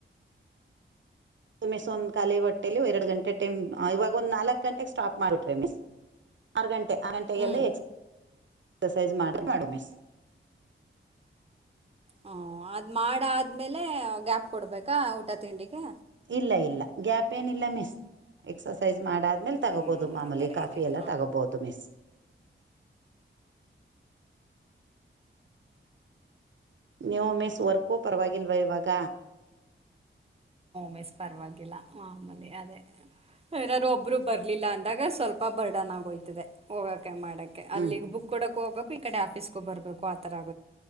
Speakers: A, on the right; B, on the right.
A: ಮಿಸ್ ಒಂದ್ ಖಾಲಿ ಹೊಟ್ಟೇೆಯಲ್ಲಿ ಎರಡು ಗಂಟೆ ಟೈಮ್ ಇವಾಗ ಒಂದ್ ನಾಲ್ಕಕ್ ಗಂಟೆಗೆ ಸ್ಟಾಪ್ ಮಾಡಿಬಿಟ್ರಿ ಮಿಸ್ ಆರು ಗಂಟೆ ಆ ಗಂಟೆಗೆಲ್ಲ
B: ಹ್ಮ್
A: ಹೆ ಎಕ್ಸರ್ಸೈಜ್ ಮಾಡ ಮಾಡು ಮಿಸ್
B: ಹೂ ಅದ್ ಮಾಡ ಆದ್ಮೇಲೆ ಗ್ಯಾಪ್ ಕೊಡ್ಬೇಕಾ ಊಟ ತಿಂಡಿಗೆ
A: ಇಲ್ಲ ಇಲ್ಲ ಗ್ಯಾಪ್ ಏನಿಲ್ಲ ಮಿಸ್ ಎಕ್ಸಸೈಸ್ ಮಾಡಾದ್ಮೇಲೆ ತಗೋಬಹುದು
B: ಹ್ಮ್
A: ಮಾಮೂಲಿ
B: ಆತರ
A: ಕಾಫಿ
B: ಏನಿಲ್ಲ
A: ಎಲ್ಲ ತಗೋಬಹುದು ಮಿಸ್ ನ್ಯೋ ಮೆಸ್ ವರ್ಕೋ ಪರವಾಗಿಲ್ವ ಇವಾಗ
B: ಮೆಸ್ ಪರವಾಗಿಲ್ಲ ಆಮಲಿ ಅದೇ ಯನಾದಾರೂ ಒಬ್ರು ಬರ್ಲಿಲ್ಲ ಅಂದಾಗ ಸ್ವಲ್ಪ ಬರ್ಡನ್ ಆಗೋಯ್ತದೆ ಹೋಗ ಮಾಡೆ
A: ಹ್ಮ್
B: ಅಲ್ಲಿಗ್ ಬುಕ್ ಕೊಡಕ್ ಹೋಗ ಈ ಕಡೆ ಆಫೀಸ್ಗ ಬರ್ಬೇಕು ಆ ತರ ಆ